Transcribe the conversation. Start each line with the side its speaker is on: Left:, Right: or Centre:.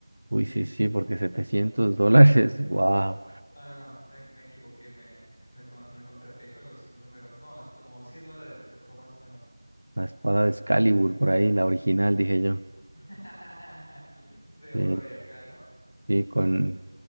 Right: uy, sí, sí, porque 700 dólares, <laughs> wow.
Left: No, no, no, me, me equivoqué, me, me, con- me contrapié con los números. No, es como 100 dólares me costó más o menos
Right: La espada de Excalibur, por ahí, la original, dije yo.
Left: <laughs> de oro
Right: Sí,
Left: y acá, ¿no?
Right: sí, con